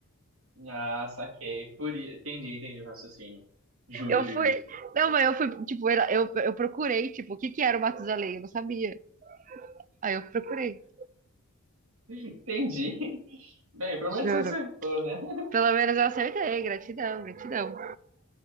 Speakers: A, on the right; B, on the right.
A: Ah, saquei. Por... i- Entendi, entendi o raciocínio. Justo,
B: Eu fui.
A: justo.
B: Não, mas eu fui, tipo, era- eu, eu procurei, tipo, o que que era o Matusalém? Eu não sabia. Aí eu procurei,
A: Entendi. <laughs> Bem, pelo menos
B: juro.
A: você acertou, né? <laughs>
B: Pelo menos eu acertei, gratidão, gratidão.